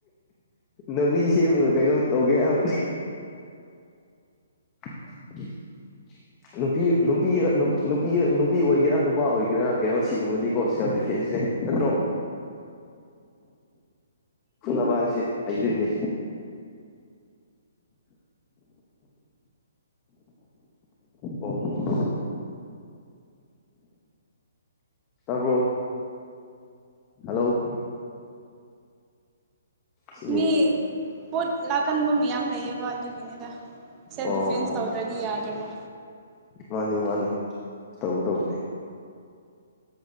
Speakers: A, on the left; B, on the right.
A: ꯅꯣꯔꯤ ꯁꯦꯝꯃꯒ ꯀꯩꯅꯣ ꯇꯧꯒꯦ ꯍꯥꯏꯕꯅꯤ <unintelligible> ꯅꯨꯄꯤ ꯅꯨꯄꯤ ꯅꯨꯄꯤ ꯅꯨꯄꯤ ꯑꯣꯏꯒꯦꯔꯥ ꯅꯨꯄꯥ ꯑꯣꯏꯒꯦꯔꯥ ꯀꯩꯅꯣ ꯁꯤꯒꯨꯝꯕꯗꯤꯀꯣ ꯁꯦꯜꯐ ꯗꯤꯐꯦꯟꯁꯁꯦ ꯅꯠꯇ꯭ꯔꯣ ꯐꯨꯟꯅꯕ ꯍꯥꯏꯁꯦ ꯍꯩꯗꯣꯏꯅꯦ ꯑꯣꯜꯃꯣꯁ ꯇꯕ꯭ꯔꯣ ꯍꯜꯂꯣ ꯁꯤꯅꯤ
B: ꯃꯤ ꯄꯣꯠ ꯂꯥꯛꯀꯟꯕ ꯃꯌꯥꯝ ꯂꯩꯌꯦꯕ ꯑꯗꯨꯒꯤꯅꯤꯗ ꯁꯦꯜꯐ
A: ꯑꯣ
B: ꯗꯤꯐꯦꯟꯁ
A: ꯑꯣ
B: ꯇꯧꯗ꯭ꯔꯗꯤ ꯌꯥꯗ꯭ꯔꯕꯣ
A: ꯃꯥꯅꯤ ꯃꯥꯅꯤ ꯇꯧꯗꯧꯕꯅꯤ